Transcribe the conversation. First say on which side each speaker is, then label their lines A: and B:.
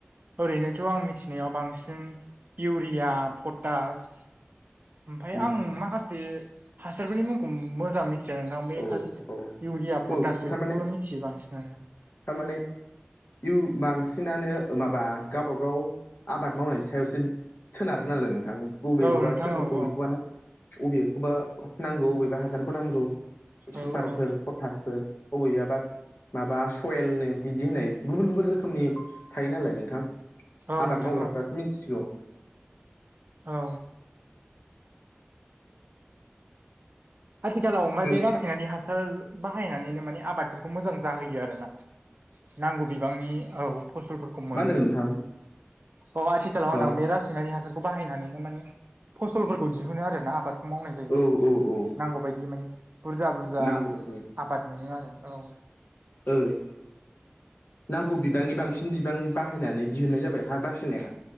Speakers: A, on the right; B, on the left.
A: ओरैनोथ आं मिथिनायाव बांसिन इउरिया पटास ओमफाय
B: उम
A: आं माखासे हासारफोरनि मुंखौ मोजां मिथि या नोंथां बे
B: औ
A: खालि
B: औ
A: इउरिया पटास
B: औ
A: बेफोरखौल
B: थारमाने
A: मिथियो बांसिनानो।
B: थारमाने इय बांसिनानो माबा गावबा गाव आबाद मावनायनि सायावसो सोनारो नालाय नोंथां बबेयावबा
A: औ नोंथां
B: सोर
A: औ
B: बबेखौबा
A: औ
B: नों अबेखौबा नांगौ बबेबा हासारखौ नांगौ। सुपारफोर
A: औ औ
B: पटासफोर बबेबबा माबा सयेलनो बिदि होननाय गुबुन गुबुन रोखोमनि थायो नालाय नोंथां
A: औ
B: आबाद
A: नोंथां
B: मावग्राफ्रासो
A: औ
B: मिथिसिगौ।
A: औ आथिखालाव मा
B: नोंथां
A: बे रासायनारि हासार बाहायनानैनो माने आबादफोरखौ मोजां जाहोयो आरोना। नांगौ बिबांनि औ फसलफोर मोनो
B: मा होनदों नोंथां
A: अ आथिखालाव
B: हो
A: होनां बे रासायनारि हासार खौ बाहायनानैनो माने फसलफोरखौ दिहुनो आऱ ना आबादखौ मावनाय जायो।
B: औ औ औ
A: नांगौबायायदि माने बुरजा बुरजा
B: नांगौ बायदि
A: आबाद मोनो आरो औ।
B: औ नांगौ बिबांनि बांसिन बिबां बाहायनानै दिहुननाय जाबाय हा गास्रिनाया